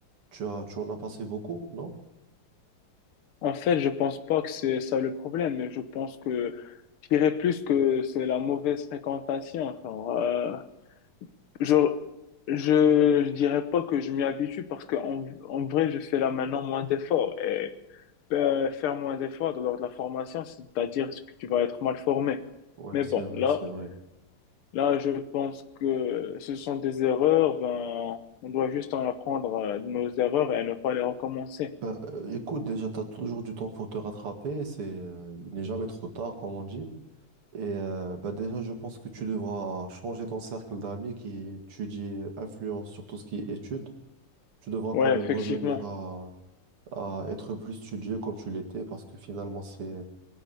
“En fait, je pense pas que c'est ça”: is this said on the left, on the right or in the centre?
Left